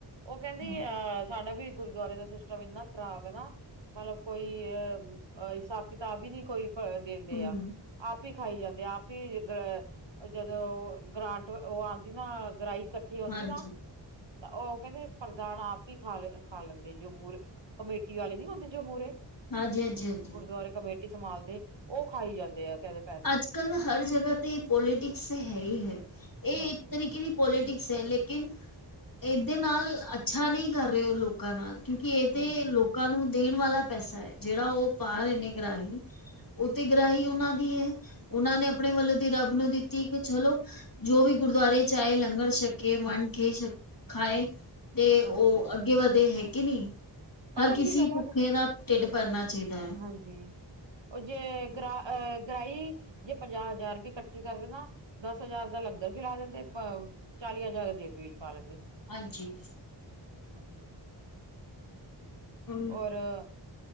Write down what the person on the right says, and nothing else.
ਓ ਕੈਂਦੀ
ਅਹ ਸਾਡਾ ਵੀ ਗੁਰਦਵਾਰੇ ਦਾ ਸਿਸਟਮ ਏਨਾ ਖਰਾਬ ਏ ਨਾ ਮਤਲਬ ਕੋਈ ਅ ਹਿਸਾਬ ਕਿਤਾਬ ਈ ਨੀ ਕੋਈ ਦੇਂਦੇ
ਆ, ਆਪ ਹੀ ਖਾਈ ਜਾਂਦੇ ਆ, ਆਪ ਈ ਗਰ ਜਦੋਂ ਗਰਾਂਟ ਓ ਆਂਦੀ ਨਾ ਗਰਾਈ ਕੱਠੀ ਹੋਂਦੀ
ਨਾ। ਤਾਂ ਓ ਕੈਂਦੀ ਪਰਦਾਨ ਆਪ ਈ ਖਾ ਲੈਂਦੇ, ਜੋ ਮੂਰੇ ਕਮੇਟੀ ਵਾਲੇ ਨੀ ਹੁੰਦੇ ਜੋ ਮੂਰੇ
ਗੁਰਦਵਾਰੇ ਕਮੇਟੀ ਸੰਭਾਲਦੇ ਓ ਖਾਈ ਜਾਂਦੇ ਆ ਕੈਂਦੇ।
ਹਾਂਜੀ
ਹਾਂਜੀ
ਹਾਂਜੀ
ਪਤਾ
ਕੀ ਗੱਲ
ਆ
ਹਾਂਜੀ ਓ ਜੇ ਗ੍ਰ ਅਹ ਗ੍ਰਾਈ ਜੇ ਪੰਜਾਅ ਹਜ਼ਾਰ ਵੀ ਕੱਠੇ ਕਰਦੇ ਨਾ ਦਸ ਹਜ਼ਾਰ ਦਾ ਲੰਗਰ ਖਿਲਾ ਦਿੰਦੇ, ਅ ਚਾਲੀ ਹਜ਼ਾਰ ਜੇਬੇ ਵਿੱਚ ਪਾ ਲੈਂਦੇ।
ਹੈਲੋ।
ਔਰ